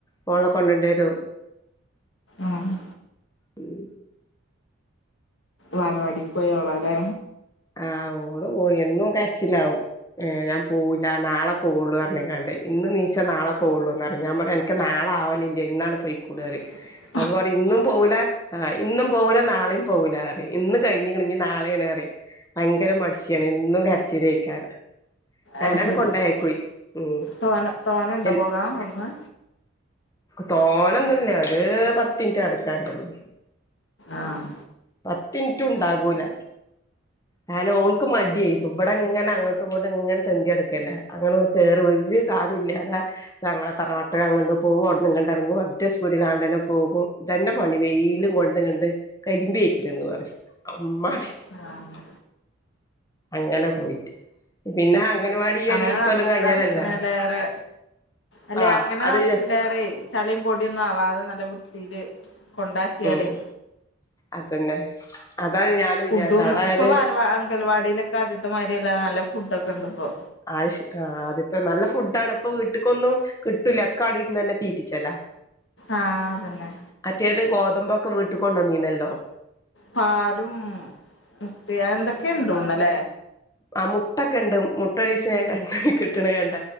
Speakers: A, on the left (about 15°); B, on the left (about 65°).
A: മോളെ കൊണ്ടണ്ടേരു
B: ആഹ്
A: ഉം
B: വാലവാടിക്ക് പോയോള്ള ല്ലേ
A: ആഹ് ഓള് പോയി എന്നും കര്ച്ചിലാവും. ഏഹ് ഞാൻ പോവുല്ല. നാളെ പോവുള്ളു അർഞ്ഞ്‌ കാണ്ടെ ഇന്ന് നീശ നാളെ പോകുള്ളൂന്നറിം ഞാൻ പറ ൻക്ക് നാള ആവലില്ലേ ഇന്നാണ് പൊയ് കൂടറിം
B: <inaudible>
A: അപ്പൊ പറിം ഇന്നും പോവുല ആഹ് ഇന്നും പോവുല നാളിം പോകൂല അറിം. ഇന്ന് കഴിഞ്ഞ്‌ക്ക്ണ് ഞ്ഞ്‌ നാളേണ് അറിം. ഭയങ്കര മട്ശിയാണ്. എന്നും കര്ച്ചിലെയിക്കാരം ഞാനാണ്ട്
B: അത് ശരി
A: കൊണ്ടായക്കോ ഉം
B: തോന തോനെണ്ടോ
A: ചെ
B: പോകാൻ അവിടുന്ന്
A: തോന്നൊന്നുല്ല ഒര് പത്തിൻറ്റ് നടക്കാനള്ളൂ.
B: ആഹ്
A: പത്തിൻറ്റും ണ്ടാകൂല. കാര്ണ ഓൾക്ക് മടിയായിപ്പം ഇവടെ ങ്ങനെ അങ്ങട്ടും ഇങ്ങട്ടും ഇങ്ങനെ തെണ്ടി അട്ക്കല്ലേ <unintelligible> കാടുല്ലാതാ ഞങ്ങളെ തറവാട്ട് അങ്ങണ്ട് പോകും. അവ്ടുന്ന് ഇങ്ങണ്ട എർങ്ങും ഒറ്റ സ്പീഡിലാണ്ടന്നെ പോകും. ഇതന്നെ പണി വെയിലും കൊണ്ട് കണ്ട് കരിമ്പി ആയ്ക്ക്ണ് ന്ന് പറിം അമ്മാ
B: ആഹ്
A: അങ്ങനെ പോയിട്ട് പിന്നെ അംഗൻവാടി ഈ
B: അങ്ങനെ
A: ഒരു ഇക്കൊല്ലം
B: നട്
A: കഴിഞ്ഞാലല്ലേ
B: നട്ക്ക്ണേലേറെ അല്ലെ
A: ആഹ്
B: അങ്ങനെ
A: അത്
B: നട്ക്ക്ല്ലേറെ ചളിം പൊടിയൊന്നും ആവാതെ നല്ല വൃത്തിയില് കൊണ്ടാക്കിയാലേ
A: ഉം അതന്നെ അതാണ് ഞാൻ
B: ഫുഡുന്ന്
A: വിചാരിച്ച അവിടെ ആയാല്
B: ഇപ്പൊ വാലവാ അങ്കൽവാടിയിലൊക്കെ ആദ്യത്തെ മാര്യല്ല. നല്ല ഫുഡ് ഒക്കെ ഇണ്ട് ഇപ്പൊ
A: ആശ് ആഹ് അദ്യത്തെ നല്ല ഫുഡാണ്. ഇപ്പൊ വീട്ട്ക്കൊന്നും കിട്ടൂല അക്കാട് ഇര്ന്നന്നെ തീറ്റിച്ചലാ
B: ആഹ് തന്നെ
A: അറ്റേത് ഗോതമ്പൊക്കെ വീട്ട് കൊണ്ടന്നീന്നല്ലോ
B: പാലും മുപ്പെ എന്തൊക്കെ ഇണ്ടോണല്ലേ
A: ആഹ് മുട്ടക്കണ്ട്. മുട്ടരീസം ഞാൻ കണ്ട കിട്ടണ കണ്ട.